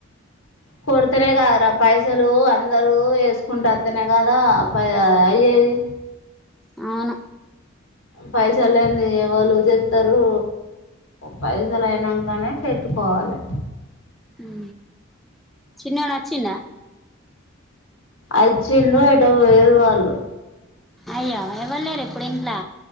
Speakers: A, on the left (about 75°); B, in the centre.
A: కొడుతనే కాదరా పైసలు అందరూ వేసుకుంటేస్తనే కదా ప అయ్యేది
B: అవును
A: పైస లేంది ఎవళు చెతారు పైసలు అయినాకనే పెట్టుకోవాలి
B: అ చిినడు చి నా
A: అచ్చంద ఏంటా వేరు వాళ్ళు
B: అయ్యో ఇవ్వలేరు ఇప్పుడు ఇంట్లా